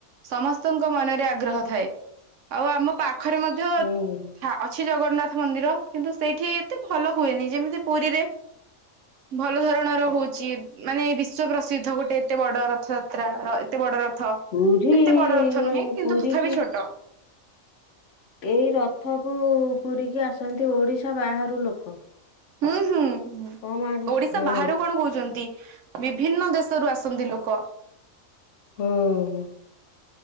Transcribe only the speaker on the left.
ହୁଁ।
ପୁରୀ
ପୁରୀ
କି
ଏଇ ରଥକୁ ପୁରିକି ଆସନ୍ତି ଓଡିଶା ବାହାରୁ ଲୋକ।
କମ ଆଡୁ
ହଁ
ହୁଁ।